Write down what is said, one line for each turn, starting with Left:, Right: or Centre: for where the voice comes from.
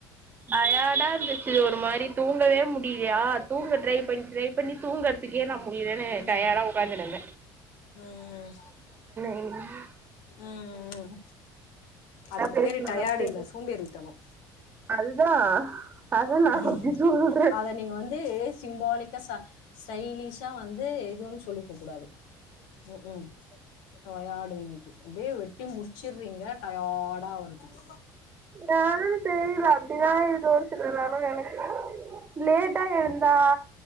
Right: டயர்டா இருந்துச்சு ஒரு மாரி தூங்கவே முடிலியா தூங்க ட்ரை பண்ணி ட்ரை பண்ணி தூங்குறதுக்கே நான் முடியலேன்னு டயடா
Left: ம்
Right: உட்காந்துனுருக
Left: ம்
Right: நீங்கதா
Left: ம் அதுக்கு
Right: பேசணு
Left: பேரு டயாடு
Right: அத்தைக்கு
Left: இல்ல சோம்பேறித்தனோ
Right: அதுதா அதா நா
Left: ம்
Right: அப்டி சொல்றே
Left: அத நீங்க வந்து சிம்பாலிக் கஸா ஸ்டைலிஷா வந்து இது ஒன்னு சொல்லிக்க கூடாது ம் ம் டயாடுன்னிட்டு அப்டியே வெட்டி முரிச்சிறீங்க டயாடா ஆவரத்துக்கு
Right: <unintelligible> தெரில <unintelligible> லேட்டா எழுந்தா